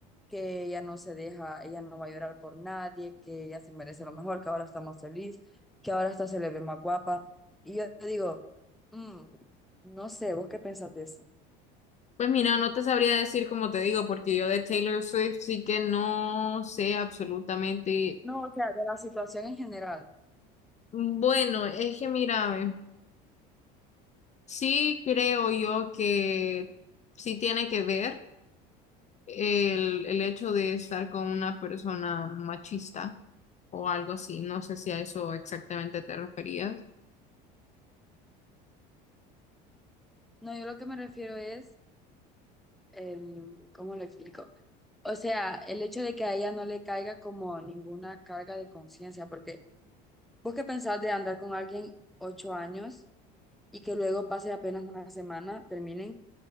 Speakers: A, in the centre; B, on the left (about 35°).
A: que ella no se deja, ella no va a llorar por nadie, que ella se merece lo mejor, que ahora está más feliz, que ahora hasta se le ve más guapa. Y yo digo, "Mm, no sé, ¿vos qué pensás de eso?
B: Pues mira, no te sabría decir como te digo, porque yo de Taylor Swift sí que no sé absolutamente.
A: No, o sea, de la situación en general.
B: Bueno, es que mira, ve, sí creo yo que sí tiene que ver el, el hecho de estar con una persona machista o algo así. No sé si a eso exactamente te referías.
A: No, yo lo que me refiero es, em, ¿cómo lo explico? O sea, el hecho de que a ella no le caiga como ninguna carga de conciencia, porque vos qué pensás de andar con alguien ocho años y que luego pase apenas una semana, terminen,